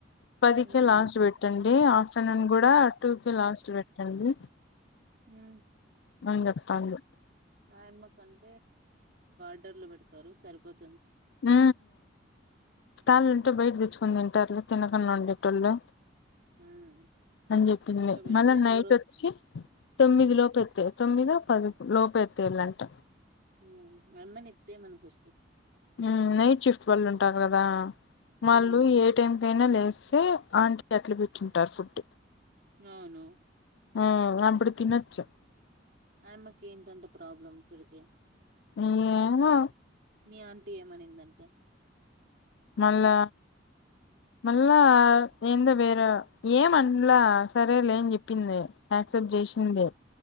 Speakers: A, on the left; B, on the right.
A: పదికే
B: ఉమ్
A: లాస్ట్ పెట్టండి ఆఫ్టర్నూన్ కూడా టూకే లాస్ట్ పెట్టండి
B: హ
A: అని చెప్తాంది
B: ఆయెమ్మ కానీ రోడ్లో పెడతారు సరిపోతే
A: హ కాల్ ఉంట బయటదిచ్చు తింటారులు తినకడా ఉండేటళ్ళు
B: ఉమ్
A: అని చెప్పింది
B: అట్లా పెడితే
A: మళ్ళీ నైట్
B: ఒకరు
A: వచ్చి తొమ్మిది
B: ఉమ్,
A: లోపు పెట్టు తొమ్మిదిపది లోప ఎతే ఏళ్ళుంట
B: హ అమని ఇంతతే మన ఫస్ట్
A: నైట్ నైట్ షిఫ్ట్ వళ్ళు ఉంటాారు కదా మళ్ళు
B: ఉమ్
A: ఏ టైం పొద్దున్నే లేస్తే ఆంటీ తట్టలో పెట్టింటారు ఫుడ్
B: అవును
A: హమ్ అప్పుడు తీనచ్చు
B: ఆయమ్మకి ఏంటంటే ప్రాబ్లమ్ పెడితే
A: ఏమో
B: నీ ఆంటీ ఏమనిందంట
A: మళ్ళా మళ్ళా ఏందో వేరే ఏమంలా సరే లేని చెప్పింది యాక్సెప్ట్ చేసిందే